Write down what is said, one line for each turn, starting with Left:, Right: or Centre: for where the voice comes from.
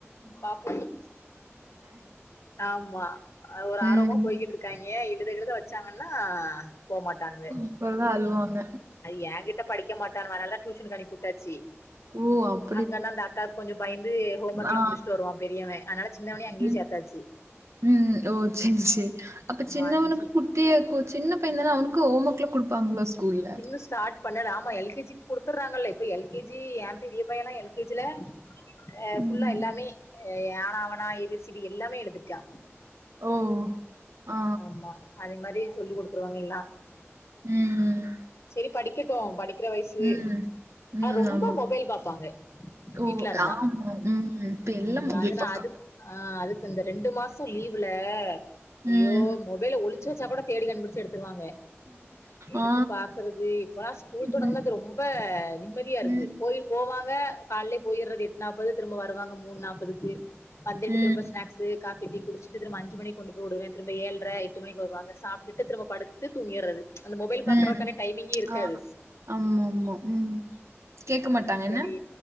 Left: பாப்போ ஆமா ஒரு
Right: ம்,
Left: ஆர்வமா போய்கிட்டுருக் காங்க எழுத கிழுத வச்சாங்கன்னா போமாட்டானுங்க
Right: அப்பெல்லா அழுவாங்க
Left: எ கிட்ட படிக்க மாட்டானுவ அனாலதா டியூஷனுக்கு அனுப்பிவுட்டாச்சு
Right: ஓ அப்
Left: அங்கனா அந்த அக்காக்கு கொஞ்ச பயந்து ஹோம் ஒர்க்லா
Right: ஆ.
Left: முடிச்ட்டு வருவா பெரியவ அனால சின்னவனயு அங்கயே
Right: ம்,
Left: சேத் தாச்சி
Right: ம் ஓ சேரி சேரி அப்ப
Left: ஆமா
Right: சின்னவனுக்கு
Left: அஞ்சு
Right: குட் ட்டியாருக்கு சின்ன பையன் தானா அவனுக்கு ஹோம் ஒர்க்லா குடுப்பாங்களோ ஸ்கூல்ல
Left: இன்னு ஸ்டார்ட் பண்ணல ஆமா எல் கே ஜி க்கு குடுத்தறாங்களே இப்ப எல் கே ஜி ஏ பெரிய பையன்லா எல் கே ஜில அ
Right: ம்.
Left: ஃபுல்லா எல்லாமே ஆனாவனா ஏ பி சி டி எல்லாமே எழுதிட்டா
Right: ஓஹோ அ
Left: ஆமா அதே மாரி சொல்லி குடுத்துருவாங்க எல்லா
Right: ம்,
Left: சேரி படிக்கட்டு படிக்குற வயசு
Right: ம், ம்.
Left: ஆனா ரொம்ப
Right: ஆமா.
Left: மொபைல் பாப்பாங்க
Right: ஓ
Left: வீட்ல இருந்தா
Right: ஆமா ம் இப்ப எல்லா
Left: ம்
Right: மொபைல்
Left: அதனா
Right: பாக்க
Left: அது ஆ அதுக்கு அந்த ரெண்டு மாசோ லீவுல ஐய்யோ
Right: ம்.
Left: மொபைல ஒழிச் ச்சு வச்சா கூட தேடி கண்டுபிடிச்சு எடுத்துருவாங்க எடுத்து
Right: ஆ.
Left: பாக்குறது இப்பெல்லா ஸ்கூல்
Right: ம்.
Left: தொடங்குனது ரொம்ப நிம்மதியா
Right: ம்.
Left: இருக்கு போயி போவாங்க காலைலே போயிறது எட்டு நாப்பது திரும்ப வருவாங்க மூணு நாப்பதுக்கு வந்துட்டு
Right: ம்.
Left: திரும்ப ஸ்நாக்ஸு காபி டீ குடிச்சுட்டு திரும்ப அஞ்சு மணிக்கு கொண்டு போய்வுடுவே திரும்ப ஏழ்ர எட்டு மணிக்கு வருவாங்க சாப்டுட்டு திரும்ப படு த்து துங்கியறது அந்த மொபைல்
Right: ம்.
Left: பாக்கற க்கான டைமிங்கே இருக்காது
Right: ஆ. ஆமாமா. ம். கேட்க
Left: அதனால
Right: மாட்டாங்க
Left: செரி
Right: என்ன?